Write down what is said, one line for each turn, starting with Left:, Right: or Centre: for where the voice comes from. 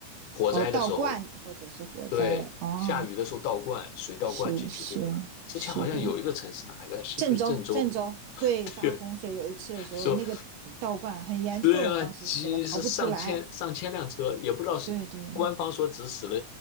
Left: 火灾的时候，
Right: 哦，道观或者是火灾，
Left: 对，
Right: 哦，
Left: 下雨的时候倒灌水倒灌进去，
Right: 是是
Left: 对吧？之前好像有一个城市哪一个，
Right: 是的，
Left: 是不是郑州？
Right: 郑州郑州对发洪水有一次的时候，
Left: <laughs> 对，说
Right: 那个道观很严重，
Left: 对啊，
Right: 当时死了逃不出来，
Left: 几是上千上千辆车，也不知道是官方说只死了
Right: 对对，